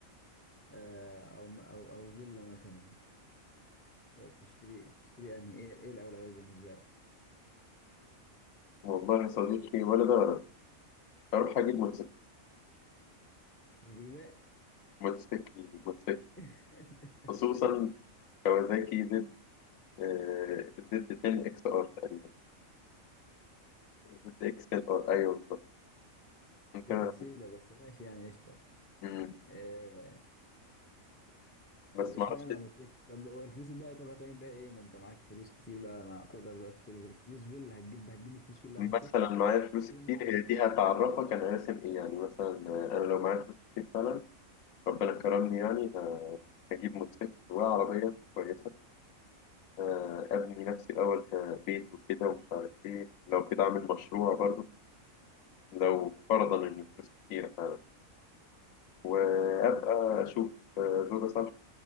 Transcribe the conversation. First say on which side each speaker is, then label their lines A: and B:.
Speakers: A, on the left; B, on the left.
A: آه، او م- او او فيلا مثلا ت- تشتري تشتري انهي ايه ايه الأولوية بالنسبة لك؟
B: والله يا صديقي ولا ده ولا ده أروح أجيب موتوسيكل
A: مش هتجيبها
B: موتوسيكل موتوسيكل
A: <laughs>
B: خصوصا كوازاكي زد آه، زد 10 اكس ار تقريبا زد اكس 10 ار أيوه بالظبط ممكن
A: دي قصيدة بس ماشي يعني قشطة
B: مم.
A: آه،
B: بس
A: طب اشمعنى
B: معرفش
A: موتوسيكل طب هو الفلوس بقى طب هتعمل بيها ايه ما انت معاك فلوس كتير بقى ما تقدر بقى تشتري بالفلوس فيلا هتجيب هتجيب الفلوس كلها
B: مثلا
A: موتوسيكل
B: معايا فلوس
A: في
B: كتير
A: معرض
B: هي
A: بقى
B: دي هتعرفك أنا راسم إيه يعني مثلا آه، أنا لو معايا فلوس كتير فعلا ربنا كرمني يعني آه، هجيب موتوسيكل وعربية كويسة آه، أبني نفسي الأول كبيت وكده ومش عارف إيه لو كده أعمل مشروع برضو لو فرضا إن الفلوس كتيرة فعلا وأبقى
A: مم.
B: أشوف آه، زوجة صالحة